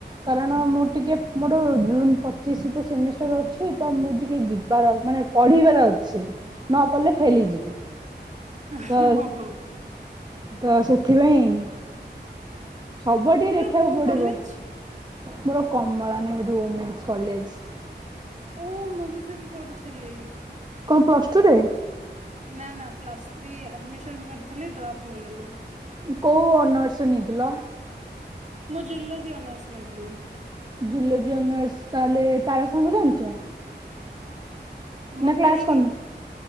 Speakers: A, on the right; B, on the right.
A: କାରଣ ମୁଁ ଟିକେ ମୋର ଜୁନ୍ ପଚିଶ ତ ସେମିଷ୍ଟାର ଅଛି। ତ ମୁଁ ଟିକେ ଯିବାର ମାନେ ପଢ଼ିବାର ଅଛି। ନ ପଡଲେ
B: ହୁଁ।
A: ଫେଲ୍ ହେଇଯିବି,
B: ହଁ
A: ତ
B: ହଁ ହଁ।
A: ତ ସେଥିପାଇଁ। ସବୁଆଡେ
B: ହୁଁ, ତୋମର
A: ଟିକେ ଦେଖିବାକୁ
B: କୋଉ
A: ପଡିବ
B: କଲେଜ୍?
A: ମୋର କମଳା ନେହେରୁ ଓମେନ୍ସ କଲେଜ୍।
B: ଓ ମୁଁ ବି ସେଠି ପଢୁଥିଲି।
A: କଣ ପ୍ଲସ ଟୁ ରେ
B: ନା ନା ପ୍ଲସ୍ ଥ୍ରୀ ଆଡ଼ମିସନ୍ କରିଥିଲି ଡ୍ରପ୍ ନେଇଗଲି।
A: ଉଁ, କୋଉ ଅନର୍ସ ନେଇଥିଲ?
B: ମୁଁ ଜୁଲୋଜି ଅନର୍ସ ନେଇଥିଲି।
A: ଜୁଲୋଜି ଅନର୍ସ ତାହେଲେ ତାରା ସାର୍ ଙ୍କୁ ଜାଣିଚ?
B: ମୋଟା
A: ନା କ୍ଲାସ୍
B: ହେଇକି।
A: କରିନ?